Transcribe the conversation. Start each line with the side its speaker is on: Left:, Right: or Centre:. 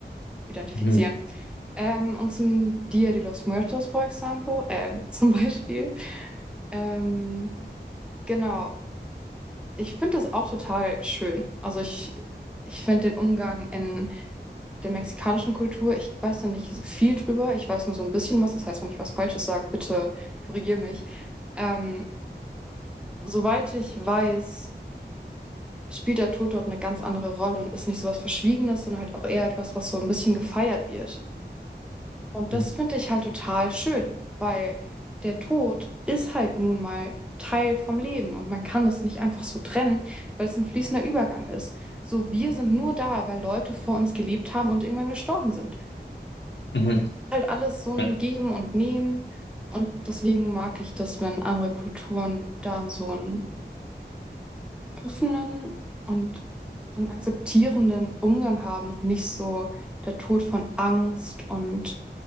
Centre: identifizieren.
Left: Mhm.
Centre: Ähm, und zum Dia de los Muertos, for example, äh, <laughs> zum Beispiel. Ähm, genau. Ich finde das auch total schön. Also ich, ich finde den Umgang in der mexikanischen Kultur, ich weiß noch nicht viel drüber, ich weiß nur so ein bisschen was. Das heißt, wenn ich was Falsches sage, bitte korrigier mich. Ähm, soweit ich weiß, spielt der Tod dort eine ganz andere Rolle und ist nicht so was Verschwiegenes, sondern halt auch eher etwas, was so ein bisschen gefeiert wird. Und
Left: Mhm.
Centre: das finde ich halt total schön, weil der Tod ist halt nun mal Teil vom Leben und man kann es nicht einfach so trennen, weil es ein fließender Übergang ist. So, wir sind nur da, weil Leute vor uns gelebt haben und irgendwann gestorben sind.
Left: Mhm.
Centre: Und es ist halt alles so ein
Left: Ja,
Centre: Geben und Nehmen. Und deswegen mag ich das, wenn andere Kulturen da so einen offenen und so einen akzeptierenden Umgang haben und nicht so der Tod von Angst und